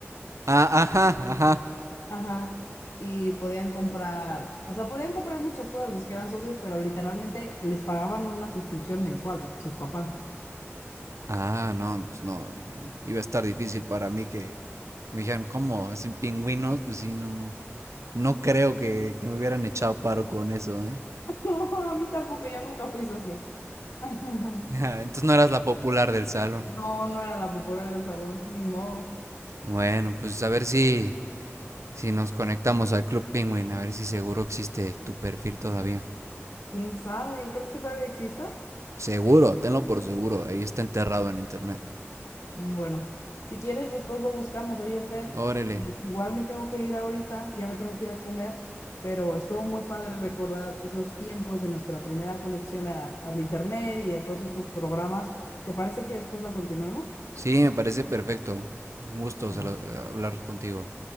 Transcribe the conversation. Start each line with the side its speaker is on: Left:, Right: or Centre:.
Right: Ah, ajá, ajá.
Left: Ajá. Y podían comprar, o sea, podían comprar muchas cosas los que eran socios, pero literalmente les pagaban una suscripción mensual, sus papás. <laughs>
Right: Ah, no, pues no. eh, Iba a estar difícil para mí que, que me dijeran, ¿cómo? ¿Sin pingüinos? Pues sí, no, no. No creo que, que me hubieran echado paro con eso, ¿eh?
Left: No, a mí tampoco, yo nunca fui socia. <laughs>
Right: <laughs> Entonces no eras la popular del salón.
Left: No, no era la popular del salón, ni modo.
Right: Bueno, pues a ver si, si nos conectamos al Club Penguin, a ver si seguro existe tu perfil todavía.
Left: Pues quién sabe, ¿crees que todavía exista?
Right: Seguro, tenlo por seguro, ahí está enterrado en internet.
Left: Mm, Bueno, si quieres, después lo buscamos. Oye, Fer,
Right: Órale.
Left: eh, igual me tengo que ir ahorita, ya me tengo que ir a comer, pero estuvo muy padre recordar esos tiempos de nuestra primera conexión a- al internet y a todos estos programas. ¿Te parece que después la continuemos?
Right: Sí, me parece perfecto. Un gusto salo-
Left: Va.
Right: eh, hablar contigo.